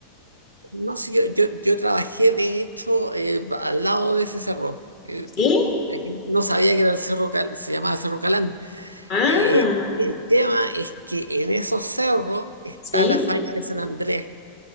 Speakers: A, on the right; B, on the left.
A: No, sí, yo, yo, yo trabajé de hecho eh, al lado de ese cerro. Eh,
B: ¿Sí?
A: eh, no sabía que era el cerro, Cal- se llamaba Cerro Calán.
B: Ah,
A: Eh, el tema es que en esos cerros está
B: sí.
A: la falla
B: <laughs>
A: de San Andrés,